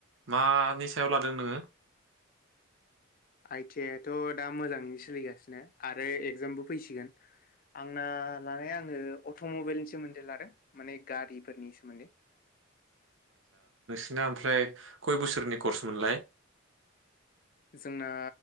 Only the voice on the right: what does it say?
मानि सायाव लादों नोङो?
नोंना ओमफ्राय खय बोसोरनि कर्समोनलाय